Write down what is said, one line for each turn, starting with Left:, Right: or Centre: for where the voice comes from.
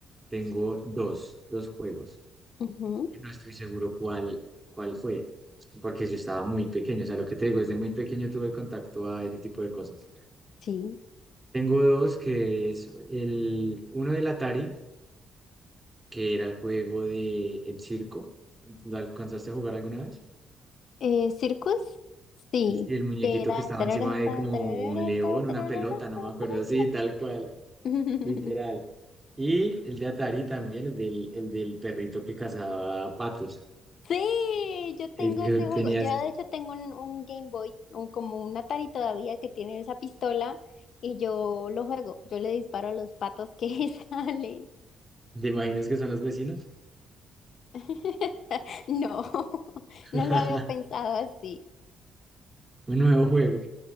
Right: tengo dos, dos juegos,
Left: Ujú,
Right: que no estoy seguro cuál, cuál fue, porque yo estaba muy pequeño, o sea, lo que te digo, desde muy pequeño tuve contacto a ese tipo de cosas.
Left: Sí.
Right: Tengo dos, que es el, uno del Atari, que era el juego de El Circo, ¿lo alcanzaste a jugar alguna vez?
Left: Eh, ¿Circus? Sí.
Right: El, sí, el muñequito
Left: Que era
Right: que estaba
Left: tararata,
Right: encima de como
Left: tararata,
Right: un león, una
Left: tararata,
Right: pelota, no me acuerdo,
Left: tarara.
Right: sí, tal cual.
Left: <laughs>
Right: literal. Y el de Atari también, el del, el del perrito que cazaba patos.
Left: Sí, yo tengo
Right: El que
Left: ese
Right: tenías,
Left: juego. Yo de hecho tengo un, un Game Boy, o como un Atari todavía que tiene esa pistola y yo lo juego. Yo le disparo a los patos que <laughs> salen.
Right: ¿te imaginas que son los vecinos?
Left: <laughs> No,
Right: <laughs>
Left: no lo había pensado así.
Right: Un nuevo juego.